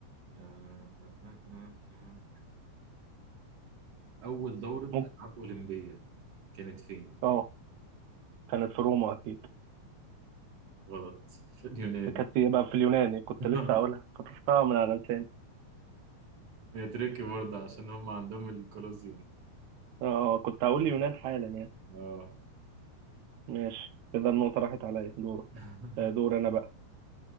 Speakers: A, on the right; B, on the right.
A: آه، آه، آه، آه، آه. أول دورة ألعاب
B: ممكن
A: أولمبية كانت فين؟
B: اه كانت في روما أكيد
A: غلط في اليونان
B: كانت في- بقى في اليوناني كنت
A: <laughs>
B: لسه هقولها خطفتها من على لساني
A: هي تركي برضه عشان هم عندهم الكولوسيوم
B: اه آه، كنت هقول اليونان حالا يعني
A: اه
B: ماشي كده النقطة راحت عليا دورك
A: <laughs>
B: آه، دور أنا بقى